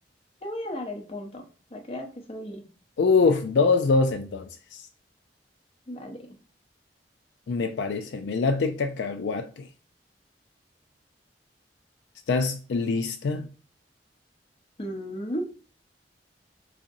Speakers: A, on the left; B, on the left.
A: Te voy a dar el punto, para que veas que soy...
B: Uf, dos dos entonces.
A: Vale.
B: Me parece, me late cacahuate. ¿Estás lista?
A: Mm,